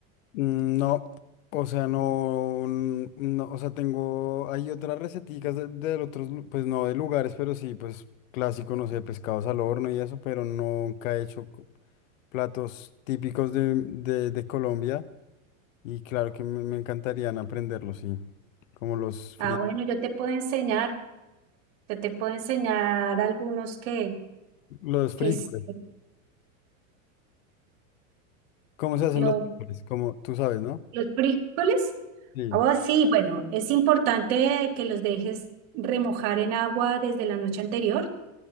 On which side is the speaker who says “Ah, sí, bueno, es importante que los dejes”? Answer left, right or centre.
Right